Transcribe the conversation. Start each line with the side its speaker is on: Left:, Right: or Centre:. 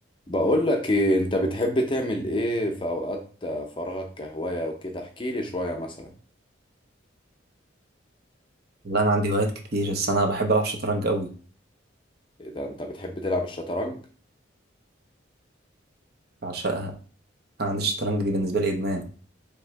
Left: بقول لك إيه انت بتحب تعمل ايه في اوقات فراغك كهواية وكده احكي لي شوية مثلا
Right: لا انا عندي هوايات كتير بس انا بحب العب شطرنج قوي
Left: ايه ده انت بتحب تلعب الشطرنج
Right: بعشقها انا عندي الشطرنج دي بالنسبه لي ادمان